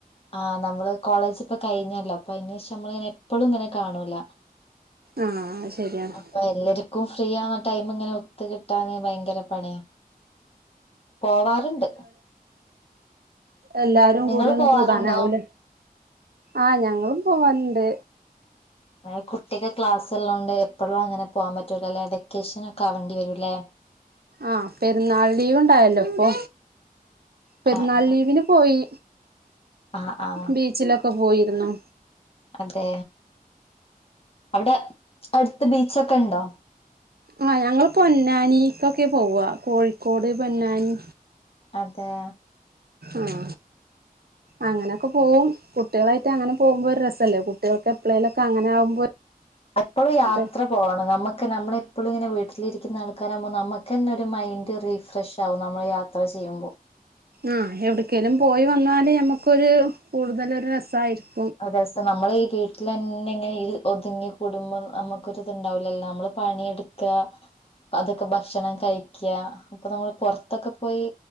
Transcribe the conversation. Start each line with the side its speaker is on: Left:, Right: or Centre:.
Left: ആ നമ്മള് <unintelligible> ഇപ്പ കഴിഞ്ഞല്ലോ അപ്പയിന് ശേഷം നമ്മള് ഇങ്ങെനെ എപ്പോഴും ഇങ്ങനെ കാണൂല.
Right: ആഹ് ശരിയാണ്
Left: അപ്പൊ എല്ലര്ക്കും. ഫ്രീ ആന്ന ടൈമിങ്ങനെ ഒത്ത് കിട്ടാൻ ഭയങ്കര പണിയാ. പോവാറിണ്ട്.
Right: എല്ലാരും
Left: നിങ്ങള്
Right: കൂടി ഒന്നും
Left: പോവാറുണ്ടോ
Right: കൂടാനാവൂലേ. ആഹ് ഞങ്ങളും പോവലിണ്ട്.
Left: എ കുട്ടിക്ക് ക്ലാസ്ള്ളത് കൊണ്ട് എപ്പോളും ങ്ങനെ പോകാൻ പറ്റൂലല്ലെ വെക്കേഷൻ ഒക്കെ ആവണ്ടി വരൂല്ലേ?
Right: ആ പെരുന്നാൾ ലീവ് ഉണ്ടായല്ലോ ഇപ്പൊ. പെരുന്നാൾ
Left: ആഹ് ആഹ്
Right: ലീവിന് പോയി.
Left: ആഹ് ആഹ്
Right: ബീച്ചിലൊക്കെ പോയിരുന്നു.
Left: അതെ അവിടെ അടുത്ത് ബീച്ചൊക്കെ ഉണ്ടോ?
Right: ആ ഞങ്ങള് പൊന്നാനിക്കൊക്കെ പോവാ കോഴിക്കോട് പൊന്നാനി.
Left: അതെ
Right: ആഹ് അങ്ങനെയൊക്കെ പോവും കുട്ടികളായിട്ട് അങ്ങനെ പോകുമ്പോ ഒരു രസല്ലേ കുട്ടികൾക്ക് എപ്പളെലൊക്കെ അങ്ങനെ ആകുമ്പോ.
Left: എപ്പോഴും യാത്ര
Right: ഇത്
Left: പോകണം നമ്മുക്ക് നമ്മള പ്പളും ങ്ങനെ വീട്ടിലിരിക്കുന്ന ആൾക്കാരാകുമ്പോ നമുക്ക്ന്നെ ഒരു മൈൻഡ് റിഫ്രഷ് ആകും നമ്മളള് യാത്ര ചെയ്യുമ്പോ.
Right: ആഹ് എവിടക്ക്കെലും പോയി വന്നാല് ഞമ്മക്കൊരു കൂടുതല് ഒരു രസായിരിക്കും.
Left: അതെ സം നമ്മൾ ഈ വീട്ടിലന്നെ ഇങ്ങനെ ഇ ഒതുങ്ങി കൂടുമ്പോ നമ്മക്കൊരുത് ണ്ടാവില്ലല്ലോ നമ്മള് പണിയെടുത്ത് <unintelligible> അതൊക്കെ ഭക്ഷണം കഴിക്യാ അപ്പൊ നമ്മള് പുറത്തൊക്കെ പോയി